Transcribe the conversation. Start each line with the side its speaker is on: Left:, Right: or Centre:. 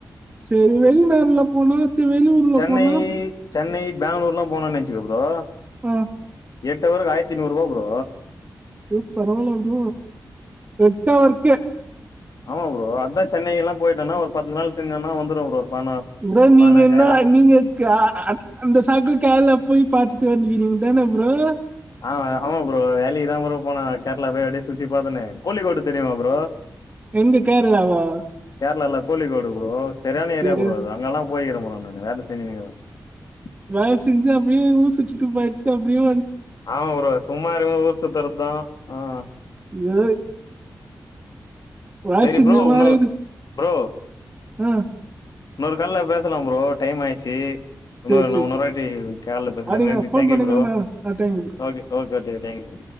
Right: சரி வெளிநாடுல போனா வெளிவுறுல
Left: சென்னை
Right: போனா
Left: சென்னை பெங்களூர் லா போனனு நனச்சுகோ ப்ரோ
Right: ஹம்
Left: எட்டவருக்கு ஆயிரத்திநூறு ரூபா ப்ரோ
Right: எ சரவல த எட்டவர்க்கே
Left: ஆமாம் ப்ரோ அதான் சென்னைல்லாம் போயிட்டானா ஒரு பத்து நாள் தங்கன்னா வந்துரும் ப்ரோ பதினா
Right: இற நீங்க
Left: பதினஞ்சாயிரம்
Right: என்ன நீங்க் அ அ அந் அந்த சாக்கு கேரளா போய் பாாத்துட்டு வந்துவீங்க தான புரோ
Left: ஆ ஆமாம் ப்ரோ வேலக்கி தான் ப்ரோ போனா கேரளா போய் அப்டிய சுற்றி பார்த்தனே கோலிக்கோடு தெரியுமா ப்ரோ
Right: எங்க கேரளாவா
Left: கேரளா கோழிக்கோடு ப்ரோ சரியான ஏரியா
Right: சரி
Left: ப்ரோ அது அங்கெல்லாம் போயக்கிறல ப்ரோ நானு வேல செஞ் <unintelligible>
Right: வய செஞ்சு அப்டியே ஊர் சுட்டு போயிட்டுட்டு அப்டியே
Left: ஆமா ப்ரோ சு சும்மா இருக்குபோ ஊர்சுத்தர தான் ஆஹ்
Right: ஏ வே
Left: சரி
Right: செஞ்ச
Left: ப்ரோ
Right: மாரி
Left: இன்னொரு
Right: சு
Left: ப்ரோ
Right: ஆஹ்
Left: இன்னொரு கால்ல பேசலாம் ப்ரோ டைம் ஆயிடுச்சி இன்னோ
Right: சரி சரி
Left: நா ஒன்னரு வாட்டி கால்ல பேசுறேன்
Right: அப்படிங்க
Left: நன்றி
Right: ஃபோன்
Left: தேங்க்யூ
Right: பண்ணுங்க
Left: ப்ரோ
Right: நான் நான் thank you bro
Left: okay okay okay thank you